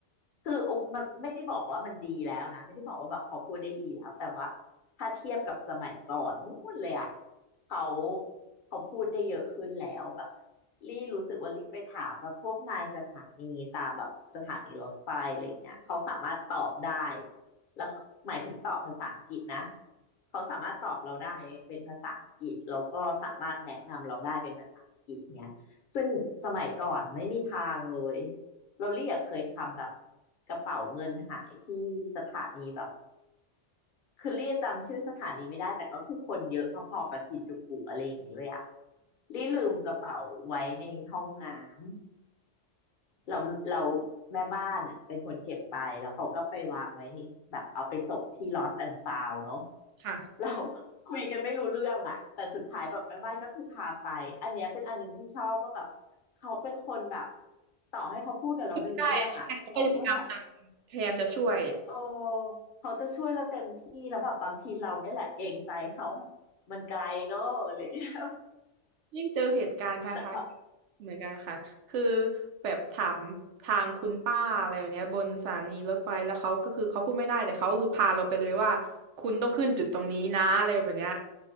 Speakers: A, on the left (about 50°); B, on the right (about 75°).
A: คืออกมันไม่ได้บอกว่ามันดีแล้วนะไม่ได้บอกว่าแบบเขาพูดได้ดีแล้วแต่ว่าถ้าเทียบกับสมัยก่อนนู่นเลยอ่ะเขาเขาพูดได้เยอะขึ้นแล้วแบบลี่รู้สึกว่าลี่ไปถามแบบพวกนายสถานีตามแบบสถานีรถไฟอะไรเงี้ยเขาสามารถตอบได้ แล้วหมายถึงตอบภาษาอังกฤษนะเขาสามารถตอบเราได้เป็นภาษาอังกฤษแล้วก็สามารถแนะนำเราได้เป็นภาษาอังกฤษเนี้ยซึ่งสมัยก่อนอะไม่มีทางเลยเราเรียกเคยทำแบบกระเป๋าเงินหายที่สถานีแบบคือเรียกจำชื่อสถานีไม่ได้แต่ก็คือคนเยอะพอๆกับชินจูกุอะไรอย่างเงี้ยเลยอะรีลืมกระเป๋าไว้ในห้องน้ำ เราเราแม่บ้านอ่ะเป็นคนเก็บไปแล้วเขาก็ไปวางไว้นี่แบบเอาไปส่งที่ Lost and Found เนอะ
B: ค่ะ
A: เรา <laughs> คุยกันไม่รู้เรื่องอ่ะแต่สุดท้ายแบบแม่บ้านก็คือพาไปอันเนี้ยเป็นอันหนึงที่ชอบว่าแบบเขาเป็นคนแบบต่อให้เขาพูดกับเราไม่รู้เรื่องอ่ะเขาก็แบบ
B: ใช่ใช่เขาก็จะพยายามจะพยายามจะช่วย
A: โอ้เขาจะช่วยเราเต็มที่แล้วแบบบางทีเราเนี่ยแหละเกรงใจเขาแบบมันไกลเนอะอะไรอย่างเลย
B: ยิ่งเจอเหตุการณ์คล้ายๆกันเหมือนกันค่ะคือ
A: <laughs> แต่เขา
B: แบบถามทางคุณป้าอะไรแบบเนี้ยบนสถานีรถไฟแล้วเขาก็คือเขาพูดไม่ได้แต่เขาก็คือพาเราไปเลยว่าคุณต้องขึ้นจุดตรงนี้นะอะไรแบบเนี้ย